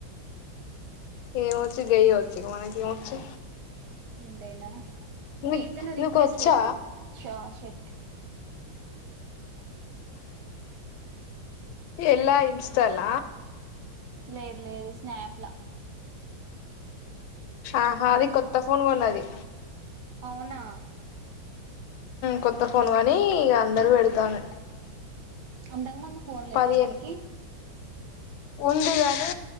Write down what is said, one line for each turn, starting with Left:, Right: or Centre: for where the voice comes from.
Left: ఏం వచ్చు గయి వచ్చు మనకి ఏం వచ్చు
Right: అంతేనా
Left: నీ
Right: కీర్తన
Left: నీకు
Right: రిక్వెస్ట్
Left: వచ్చా
Right: పెట్టి షషర్ట్
Left: ఎల్ల ఇన్స్టాల
Right: లేదు లేదు స్నాప్ల
Left: ఆహా అది కొత్త ఫోన్ కోన్నది
Right: అవునా
Left: కొత్త ఫోన్ కోనీ అందరూ పెడుతంది
Right: అంతక ముందు ఫోన్
Left: పదిహేను
Right: లేదా దానికి
Left: ఉంది గాని